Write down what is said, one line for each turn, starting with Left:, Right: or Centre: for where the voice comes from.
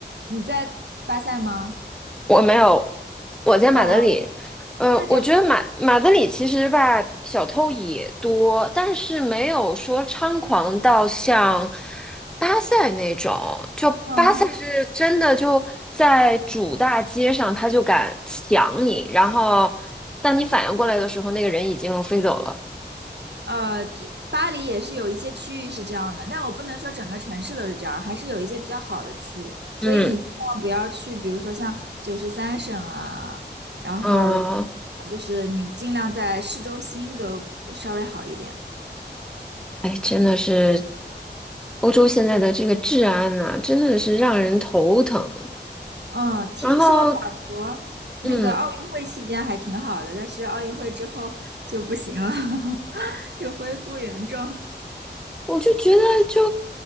Right: 你在巴塞吗？
Centre: 我没有，我在马德里。
Right: 哦，
Centre: 呃，
Right: 那就好，
Centre: 我觉得马马德里其实吧，小偷也多，但是没有说猖狂到像巴塞那种。就巴塞是真的就在主大街上，
Right: 嗯，
Centre: 他就敢抢你，然后当你反应过来的时候，那个人已经飞走了。
Right: 呃，这巴黎也是有一些区域是这样的，但我不能说整个城市都是这样，还是有一些比较好的区。所以你尽量不要去，
Centre: 嗯
Right: 比如说像九十三省啊，然后
Centre: 嗯，
Right: 就是你尽量在市中心都稍微好一点。
Centre: 哎，真的是欧洲现在的这个治安呐，真的是让人头疼。
Right: 嗯，听说法国那个奥运会期间还挺好的，
Centre: 然后。嗯，
Right: 但是奥运会之后 <laughs> 就不行了，<laughs> 又恢复原状。
Centre: 我就觉得就，